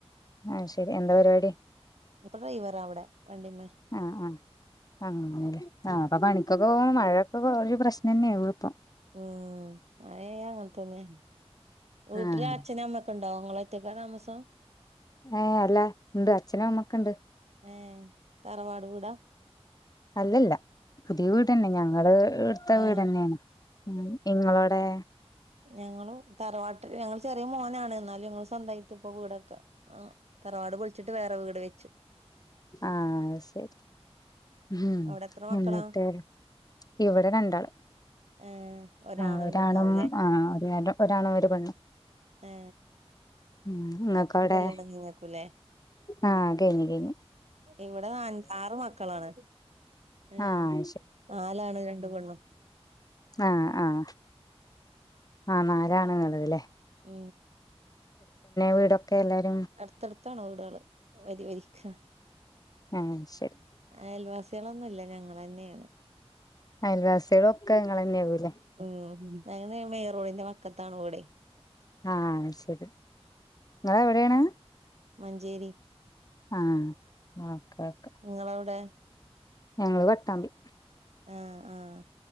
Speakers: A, on the left; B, on the right.
A: ആഹ ശരി എന്താ പരിപാടി
B: ഇപ്പൊ ഡ്രൈവറാ അവിടെ വണ്ടിമ്മേ
A: ആഹ ആ് ആ ആ അപ്പൊ പണ ഇതൊക്കെ പോുമ്പോ മഴയക്കെ ഒരു പ്രശ്നം തെയാണ് എ ഇപ്പം
B: ഉം അഴയ അങ്ങനെത്തന്നെ വീട്ടില
A: ആഹ്
B: അച്ഛന അമ്മക്കണ്ട് ഉണ്ടോങ്ങളായിറ്റക്കാ താമസം
A: ഏ അല്ല ഉണ്ട് അച്ഛനും അമ്മക്കുണ്ട്
B: ഏ തറവാടു കൂട
A: അല്ലല്ല പുതിയ വീട് തന്നെ ഞങ്ങള് എടുത്ത
B: ഏ
A: വീട്ന്നെയാണ് ഉ ഇങ്ങളോടെ
B: ഞങ്ങള് തറവാട്ട ഞങ്ങള്ൾ ചെറിയ മോനാണ് എന്നാലും ഞങ്ങള്ൾ സ്വന്തമായിട്ട ഇപ്പൊ കീടൊക്കെ ആ തറവാട് പൊളിച്ചിട്ട് വേറെ വീട് വെച്ചു
A: ആഹ ശരി ഉം
B: അവിടെ എത്ര മക്കളാ
A: എന്നിട്ട് ഇവിടെ രണ്ടാള്
B: ഏ ഒരാണ്
A: ആഹ
B: ഒരു
A: ഒരാളും
B: പെണ്ണാവൂലേ
A: ആ ഒരു നേരം ഒരാണ ഒരു പണ്ു
B: ഏ
A: ഉ നിങ്ങൾക്ക്
B: നാത്തൂന്റെ
A: അവിടെ
B: കല്യാണം കഴിഞ്ഞേക്കൂല്ലേ
A: ആഹ കഴിഞ്ഞ കഴിഞ്ഞ
B: ഇവിടെ ന ആറ് മക്കളാണ് ഏ
A: ആഹ്
B: നാലാണ് രണ്ട കെണ്ണും
A: ആഹ ആഹ ആ നാലാണ് എന്നുള്ളത്ല്ലേ
B: ആ
A: വീടൊക്കെ എല്ലാരും
B: അടുത്തടുത്താണോ വിടേള് വരി വരിക്ക <inaudible>
A: ഏഹ് ശെരി
B: അയൽവാസിയാളൊന്നുല്ല ഞങ്ങളെ ന്നെയാണ്
A: അയൽവാസികളൊക്കെ ഇങ്ങളെന്നെയാവൂല്ലേ
B: ഉം അനെ റോഡിന്റെ വക്കത്താണ് വീടെ
A: ആഹ് അത് ശരി ശരി നിങ്ങളെ എവിടെയാണ്
B: മഞ്ചേരി
A: ആഹ് ഓക്കെ
B: ങ്ങളവിടെ
A: ഞങ്ങള് പട്ടാമ്പി
B: ആഹ് ആഹ്